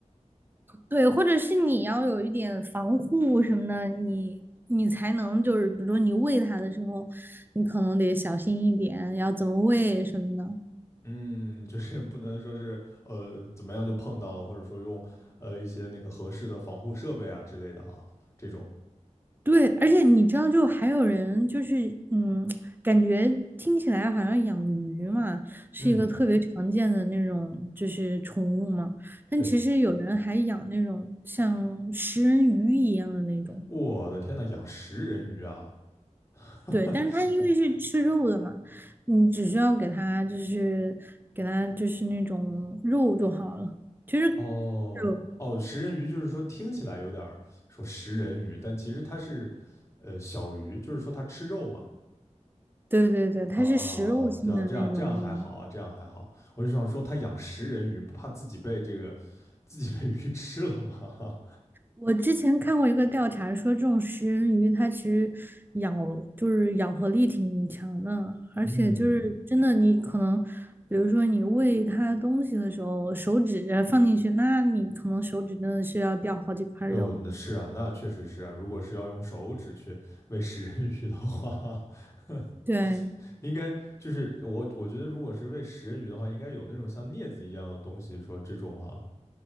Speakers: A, on the right (about 15°); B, on the left (about 20°).
A: 对，或者是你要有一点防护什么的，你你才能就是，比如说你喂它的时候，你可能得小心一点，要怎么喂什么的。
B: 嗯，就是不能说是呃怎么样就碰到了，或者说用呃一些那个合适的防护设备啊之类的啊，这种。
A: 对，而且你知道，就还有人就是，嗯，感觉听起来好像养鱼嘛，是一个特别常见的那种就是宠物嘛，
B: 嗯，
A: 但其实有人还养那种像食人鱼一样的那种。
B: 对，我的天呐，养食人鱼啊！<laughs>
A: 对，但是它因为是吃肉的嘛，你只需要给它就是给它就是那种肉就好了。其实
B: 哦哦，
A: 肉，
B: 食人鱼就是说听起来有点儿说食人鱼，但其实它是呃小鱼，就是说它吃肉嘛。
A: 对对对，它是食肉性的那种鱼
B: 啊，对，这样这样还好啊，这样还好。我就想说，他养食人鱼不怕自己被这个自己被鱼吃了吗？
A: 我之前看过一个调查说，这种食人鱼它其实咬就是咬合力挺强的，
B: <laughs>
A: 而且就是真的你可能，
B: 嗯，
A: 比如说你喂它东西的时候，手指放进去，那你可能手指真的是要掉好几块肉。
B: 哦，那是啊，那确实是啊。如果是要用手指去喂食人鱼的话，<laughs>
A: 对
B: 应该就是我我觉得，如果是喂食人鱼的话，应该有那种像镊子一样的东西，说这种啊，